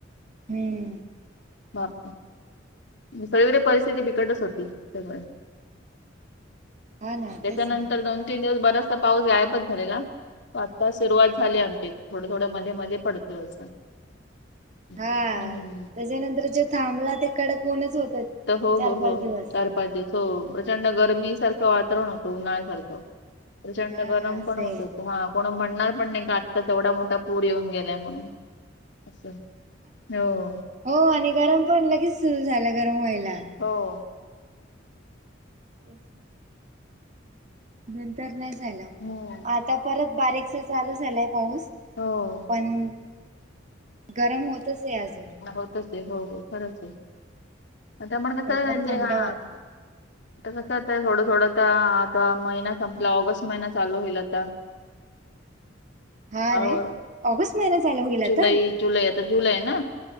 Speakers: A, on the right; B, on the left.
A: हम्
B: बाप सगळीकडे परिस्थिती बिकटच होती सगळं
A: हा ना
B: त्याच्यानंतर
A: तेच ना
B: दोन तीन दिवस बराचसा पाऊस गायपच झालेला आता सुरुवात झाले आमचे थोडं थोडं मध्ये मध्ये पडतंय असं हम्म
A: हा त्याच्यानंतर जो थांबला ते कडक ऊनच होत
B: हो
A: चार
B: हो
A: पाच
B: हो.
A: दिवस
B: चार पाच दिवस प्रचंड गरमी सारखं वातावरण होतं उन्हाळ्यासारखं प्रचंड
A: हा
B: गरम
A: हा सेम
B: पण होतो हा कोण म्हणणार पण नाही का आत्ता तेवढा मोठा पूर येऊन गेलाय म्हणून असं हो
A: हो आणि गरम पण लगेच सुरू झालं गरम व्हायला
B: हो
A: तेच नाही नंतर नाही झाला मग
B: हम्म
A: आता परत बारीकसा चालू झालाय पाऊस
B: हो.
A: पण गरम होतच आहे अजून
B: होतच आहे हो हो खरंच आहे आता पण कसं
A: प्रॉपर
B: आहे म्हणजे
A: थंड
B: हा
A: वाता <inaudible>
B: ता कसं आता थोडं थोडं तर आता महिना संपला ऑगस्ट महिना चालू होईल आता
A: हा
B: हळू
A: रे ऑगस्ट महिना चालू होईल आता
B: जुलै जुलै आता जुलै ना